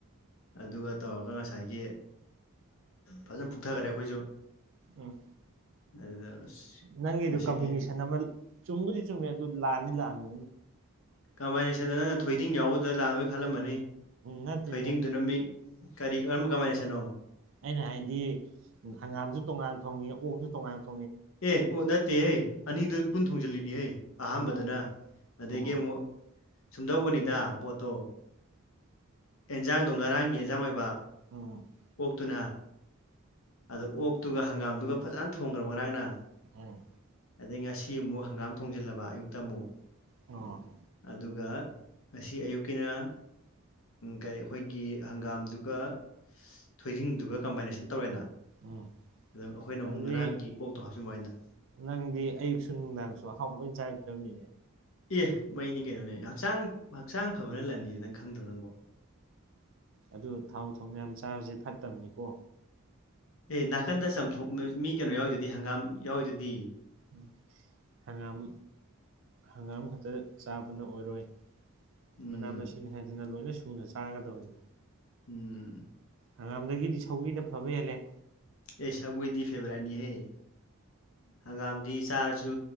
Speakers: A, on the left; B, on the right.
A: ꯑꯗꯨꯒ ꯇꯧꯔꯒ ꯉꯁꯥꯏꯒꯤ ꯐꯖꯅ ꯐꯛꯊꯈꯔꯦ ꯑꯩꯈꯣꯏꯁꯨ
B: ꯎꯝ
A: ꯑꯗꯨꯗ ꯑꯁ
B: ꯅꯪꯒꯤꯗꯨ
A: ꯉꯁꯤꯗꯤ
B: ꯀꯝꯕꯤꯅꯦꯁꯟ ꯑꯃ ꯆꯨꯝꯕꯨꯗꯤ ꯆꯨꯝꯃꯦ ꯑꯗꯨ ꯂꯥꯟꯗꯤ ꯂꯥꯟꯂꯦ
A: ꯀꯝꯕꯥꯏꯅꯦꯁꯟꯗꯣ ꯅꯪꯅ ꯊꯣꯏꯗꯤꯡ ꯌꯥꯎꯕꯗꯨꯗ ꯂꯥꯛꯕꯣꯏ ꯈꯜꯂꯝꯃꯅꯤ
B: ꯅꯠꯇꯦ
A: ꯊꯣꯏꯗꯤꯡꯗꯨꯅ
B: ꯅꯠꯇꯦ
A: ꯃꯤ ꯀꯔꯤ ꯀꯔꯝꯕ ꯀꯝꯕꯥꯏꯅꯦꯁꯟꯅꯣ
B: ꯑꯩꯅ ꯍꯥꯏꯗꯤ ꯍꯪꯒꯥꯝꯁꯨ ꯇꯣꯡꯉꯥꯟ ꯊꯣꯡꯉꯤ ꯑꯣꯛꯁꯨ ꯇꯣꯉꯥꯟ ꯊꯣꯡ
A: ꯑꯦ ꯑꯣ ꯅꯠꯇꯦꯍꯦ ꯑꯅꯤꯗꯨ ꯄꯨꯟ ꯊꯣꯡꯖꯤꯜꯂꯤꯅꯤ ꯍꯦ ꯑꯍꯥꯟꯕꯗꯅ
B: ꯎꯝ
A: ꯑꯗꯒꯤ
B: ꯎꯝ
A: ꯑꯃꯨꯛ ꯁꯨꯝꯗꯧꯕꯅꯤꯗ ꯄꯣꯠꯇꯣ ꯑꯦꯟꯖꯥꯡꯗꯣ ꯉꯔꯥꯡꯒꯤ ꯑꯦꯟꯖꯥꯡ ꯑꯣꯏꯕ
B: ꯎꯝ
A: ꯑꯣꯛꯇꯨꯅ ꯑꯗꯣ ꯑꯣꯛꯇꯨꯒ ꯍꯪꯒꯥꯝꯗꯨꯒ ꯐꯖꯅ ꯊꯣꯡꯈ꯭ꯔꯕ ꯉꯔꯥꯡꯅ
B: ꯎꯝ
A: ꯑꯗꯩ ꯉꯁꯤ ꯑꯃꯨꯛ ꯍꯪꯒꯥꯝ ꯊꯣꯡꯖꯤꯜꯂꯕ ꯑꯌꯨꯛꯇ ꯑꯃꯨꯛ
B: ꯑꯣ
A: ꯑꯗꯨꯒ ꯉꯁꯤ ꯑꯌꯨꯛꯀꯤꯅ ꯀꯩ ꯑꯩꯈꯣꯏꯒꯤ ꯍꯪꯒꯝꯗꯨꯒ ꯊꯣꯏꯗꯤꯡꯗꯨꯒ ꯀꯝꯕꯥꯏꯅꯦꯁꯟ ꯇꯧꯔꯦꯅ
B: ꯎꯝ
A: ꯑꯗꯨꯝ ꯑꯩꯈꯣꯏꯅ ꯑꯃꯨꯛ
B: ꯑꯗꯨꯗꯤ
A: ꯉꯔꯥꯡꯒꯤ ꯑꯣꯛꯇꯣ ꯍꯥꯞꯆꯤꯟꯕ ꯋꯥꯅꯤꯗ
B: ꯅꯪꯗꯤ ꯑꯌꯨꯛꯁꯨ ꯅꯨꯡꯗꯥꯡꯁꯨ ꯑꯍꯥꯎꯕ ꯂꯣꯏ ꯆꯥꯔ ꯆꯝꯅꯤ
A: ꯑꯦ ꯃꯩꯅꯤ ꯀꯩꯅꯣꯅꯦ ꯍꯛꯆꯥꯡ ꯍꯛꯆꯥꯡ ꯐꯕꯅ ꯂꯟꯅꯤ ꯅꯪ ꯈꯪꯗ꯭ꯔꯣ ꯅꯪꯕꯣ
B: ꯑꯗꯨ ꯊꯥꯎ ꯊꯨꯝ ꯌꯥꯝ ꯆꯥꯕꯁꯦ ꯐꯠꯇꯕꯅꯤꯀꯣ
A: ꯑꯦ ꯅꯥꯀꯟꯗ ꯆꯝꯊꯣꯡ ꯃꯤ ꯀꯩꯅꯣ ꯌꯥꯎꯗꯨꯗꯤ ꯍꯪꯒꯥꯝ ꯌꯥꯎꯏꯗꯨꯗꯤ
B: ꯎ ꯍꯪꯒꯥꯝ ꯍꯪꯒꯥꯝ ꯈꯛꯇ ꯆꯥꯕꯅ ꯑꯣꯏꯔꯣꯏ
A: ꯎꯝ
B: ꯃꯅꯥ ꯃꯁꯤꯡ ꯍꯥꯏꯗꯅ ꯂꯣꯏꯅ ꯁꯨꯅ ꯆꯥꯒꯗꯕꯅꯤ
A: ꯎꯝ
B: ꯍꯪꯒꯥꯝꯗꯒꯤꯗꯤ ꯁꯧꯒꯤꯅ ꯐꯕ ꯍꯦꯜꯂꯦ
A: ꯑꯦ ꯁꯧꯒ꯭ꯔꯤꯗꯤ ꯐꯦꯕꯔꯥꯏꯠꯅꯤꯍꯦ ꯍꯪꯒꯥꯝꯗꯤ ꯆꯥꯔꯖꯨ